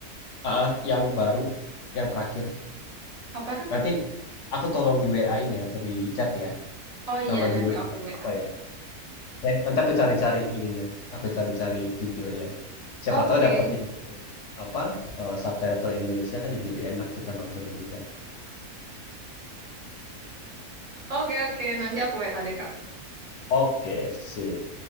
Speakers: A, on the left; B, on the right.
A: Ah, ah, yang baru, yang terakhir.
B: Apa tuh?
A: Nanti aku tolong di WA-in ya atau di chat ya.
B: Oh iya
A: Nama
B: nanti
A: judul
B: aku
A: film
B: WA.
A: apa ya? Eh, nanti aku cari-cari ininya. Aku cari-cari videonya. Siapa
B: Oke,
A: tahu dapetin apa eh, subtitle Indonesia kan jadi lebih enak kita nontonnya juga.
B: oke, oke. Nanti aku WA deh, Kak.
A: Oke, sip.